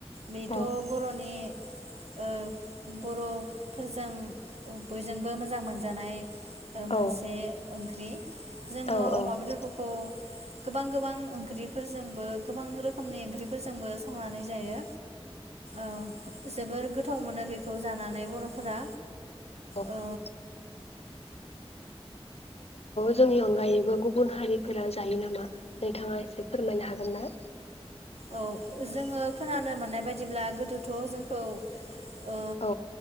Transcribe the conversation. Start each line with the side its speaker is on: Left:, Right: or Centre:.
Right: बेथ'
Left: औ
Right: बर'नि ओ बरफोरजों बयजोंबो मोजां मोनजानाय ओ मोनसे
Left: औ
Right: ओंख्रि जोङो
Left: औ औ
Right: अमा बेदरफोरखौ गोबां गोबां ओंख्रिफोरजोंबो गोबां रोखोमनि ओंख्रिफोरजोंबो संनानै जायो औ जोबोर गोथाव मोनो बेखौ जानानै बर'फोरा
Left: अ <inaudible> <unintelligible>
Right: औ
Left: जोंनि अनगायैबो गुबुन हारिफोरा जायो नामा नोंथाङा एसे फोरमायनो हागोन ना?
Right: औ जोङो खोनानो मोननाय बायदिब्ला गोदोथ' जोंखौ ओ
Left: औ